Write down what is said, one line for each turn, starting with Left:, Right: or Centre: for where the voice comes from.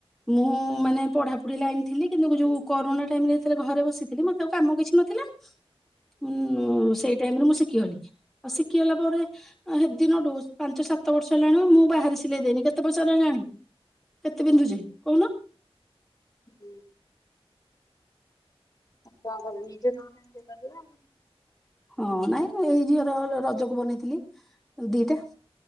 Centre: ମୁଁ ମାନେ ପଢାପଢି ଲାଇନ୍ ଥିଲି କିନ୍ତୁ ଯୋଉ କରୁଣା ଟାଇମ ରେ ଯେତେ ବେଳେ ଘରେ ବସିଥିଲି ମତେ ଆଉ କାମ କିଛି ନ ଥିଲା। ଉଁ ସେଇ ଟାଇମରେ ମୁଁ ଶିଖିଗଲି। ଆଉ ସିକିଗଲା ପରେ ହେ ଦିନଠୁ ପାଞ୍ଚ ସାତ ସାତ ବର୍ଷ ହେଲାଣି ମୁଁ ବାହାରେ ସିଲେଇ ଦେଇନି କେତେ ପଇଷା ହେଲାଣି କେତେ ପିନ୍ଧୁଛି କହୁନୁ।
Left: ହୁଁ <inaudible> କଣ କରିବି ନିଜ କାମ ନିଜେ କରିବା।
Centre: ହଁ ନାଇଁ ଏଇ ଝିଅର ରଜକୁ ବନେଇଥିଲି ଦିଟା